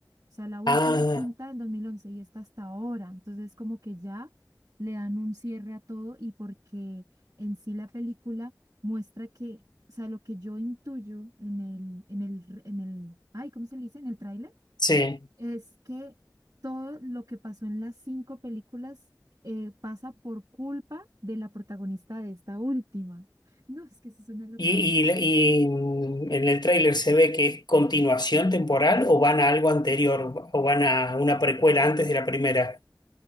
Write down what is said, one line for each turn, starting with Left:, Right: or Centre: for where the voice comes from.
Right: sea, la última
Left: Ah,
Right: quinta del 2011 y está hasta ahora, entonces como que ya le dan un cierre a todo y porque en sí la película muestra que, o sea, lo que yo intuyo en el, en el, en el, ay, ¿cómo se le dice? En el tráiler
Left: sí.
Right: es que todo lo que pasó en las cinco películas eh, pasa por culpa de la protagonista de esta última. <laughs> No, es que eso es una locura.
Left: ¿Y, y, y en el tráiler se ve que es continuación temporal o van a algo anterior o van a una precuela antes de la primera